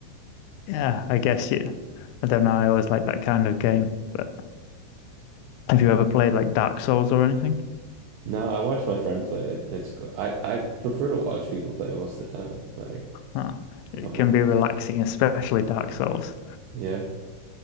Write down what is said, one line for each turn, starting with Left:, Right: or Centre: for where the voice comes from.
Left: Yeah, I guess yeah. I don't know. I always like that kind of game. But have you ever played like Dark Souls or anything?
Right: No, I watch my friend play it. It's cool. I, I prefer to watch people play most of the time, like
Left: Huh. It
Right: if I'm
Left: can
Right: honest.
Left: be relaxing, especially Dark Souls.
Right: Yeah.